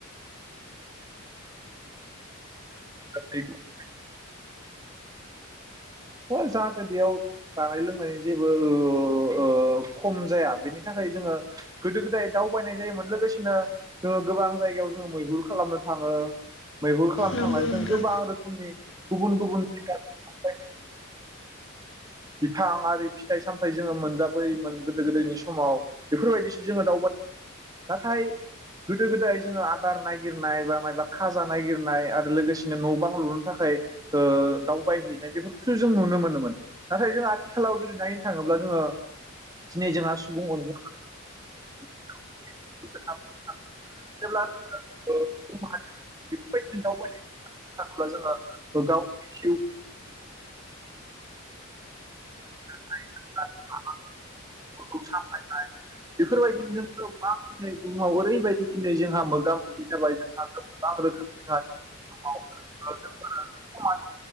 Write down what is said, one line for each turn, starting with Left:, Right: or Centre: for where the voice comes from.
Right: जाहाथे हो जाहाथे बेयाव जानाय लोंनायनि जेबो ओ खम जाया बेनि थाखाय जोङो गोदो गोदाय दावबायनाय जायोमोन लोगोसेनो जोङो गोबां जायगायाव जोङो मैहुर खालामनो थाङो। मैहुर खालामनो
Left: नंगौ
Right: थांनानै
Left: नंगौ नोंथां
Right: जों गोबां रोखोमनि गुबुन गुबुन <unintelligible> बिफां आरि फिथाइ सामथायाइ जोङो मोनजाबोयोमोन गोदो गोदायनि समाव बेफोरबायदिसो जोङो दावबाय नाथाय गोदो गोदाय जोङो आदार नागिरनाय बा माबा खाजा नायगिरनाय आरो लोगोसेनो न' बां लुनो थाखाय ओ दावबायहैनाय बेफोरखौसो जों नुनो मोनोमोन। नाथाय जों आथिखालाव जुदि नायनो थाङोब्ला जोङो दिनै जोंहा सुबुं अनजिमा <unintelligible> जेब्ला जोङो बेफोरबायदि दावबाय थाङोब्ला जोङो गावनि जिउ <unintelligible> फोरखौ सामलायनाय बेफोरबायदिनो जों गोबां दिनै बुहुमाव ओरैबायदि दिनै जोंहा मोगा मोगि जाबाय जोंहा गोबां रोखोमै जोंहा नआव जोंफोरा समान